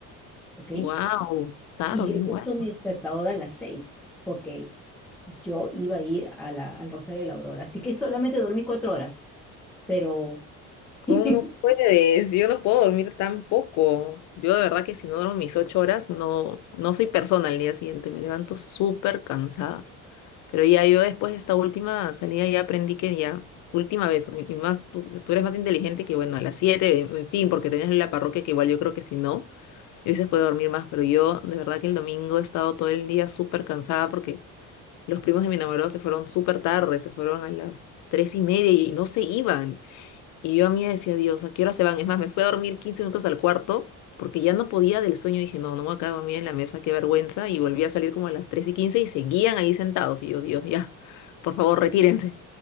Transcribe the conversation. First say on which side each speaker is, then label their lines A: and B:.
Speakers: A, in the centre; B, on the left.
A: ¿ok?
B: Wow, tarde
A: Y yo he
B: igual.
A: puesto mi despertador a las 6 porque yo iba a ir a la- al Rosario de la Aurora. Así que solamente dormí cuatro horas pero,
B: ¿Cómo
A: <laughs>
B: puedes? Yo no puedo dormir tan poco. Yo de verdad que si no duermo mis ocho horas, no, no soy persona al día siguiente. Me levanto súper cansada. Pero ya yo después de esta última salida ya aprendí que ya, última vez, y y más tú, tú eres más inteligente que bueno, a las 7 en en fin, porque tenías la parroquia que igual yo creo que si no, yo se puede dormir más, pero yo de verdad que el domingo he estado todo el día súper cansada porque los primos de mi enamorado se fueron súper tarde, se fueron a las tres y media y no se iban, y yo a mí decía, Dios, ¿a qué hora se van? Es más, me fui a dormir 15 minutos al cuarto porque ya no podía del sueño. Dije, no, no me voy a quedar dormida en la mesa, qué vergüenza. Y volví a salir como a las 3 y 15 y seguían ahí sentados. Y yo, Dios, ya, por favor, retírense.